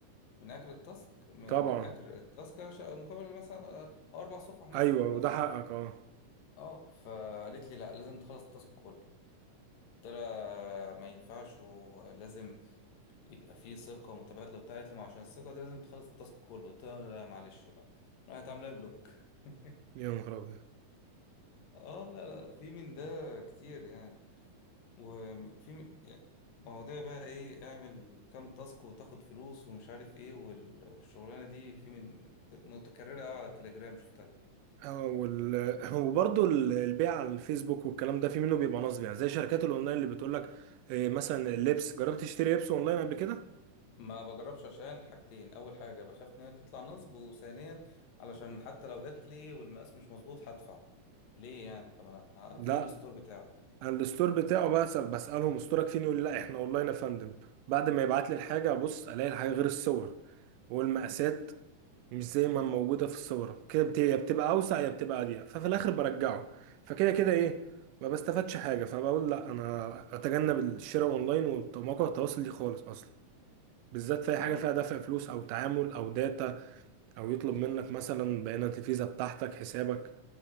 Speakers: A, on the left (about 80°); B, on the right (about 80°).
A: من اجر التاسك من
B: طبعا
A: اجر التاسك عش- مقابل مثلا أو اربع صفح مثلا
B: ايوه
A: او
B: وده
A: صفحه
B: حقك اه
A: اه فقالت لي لا لازم تخلص التاسك كله قلت لها ما ينفعش ولازم يبقى فيه ثقه متبادله بتاعت لي ما عشان الثقه دي لازم تخلص التاسك كله قلت لها لا معلش بقى راحت عامله لي بلوك <laughs>
B: يا نهار ابيض
A: اه لا لا لا في من ده كتير يعني وفي يعني مواضيع بقى ايه اعمل كام تاسك وتاخد فلوس ومش عارف ايه وال- والشغلانه دي في من متكرره قوي على التليجرام شفتها
B: آه، وال... <laughs> وبرضه ال- البيع على الفيسبوك والكلام ده في منه بيبقى نصب يعني زي شركات الاونلاين اللي بتقول لك آه، مثلا اللبس جربت تشتري لبس اونلاين قبل كده
A: ما بجربش عشان حاجتين اول حاجه بخاف ان هي تطلع نصب وثانيا علشان حتى لو جات لي والمقاس مش مظبوط هدفع طب ليه يعني طب انا
B: لا
A: فين الستور بتاعك
B: أنا الستور بتاعه بقى سب- بسالهم استورك فين يقول لي لا احنا اونلاين يا فندم بعد ما يبعت لي الحاجه ابص الاقي الحاجه غير الصور والمقاسات مش زي ما موجودة في الصورة كده بت- يا بتبقى أوسع يا بتبقى أضيق ففي الآخر برجعه فكده كده إيه ما بستفادش حاجة فبقول لأ أنا أتجنب الشراء أونلاين ومواقع التواصل دي خالص أصلا بالذات في أي
A: اه
B: حاجة فيها دفع فلوس أو تعامل أو داتا أو يطلب منك مثلا بيانات الفيزا بتاعتك حسابك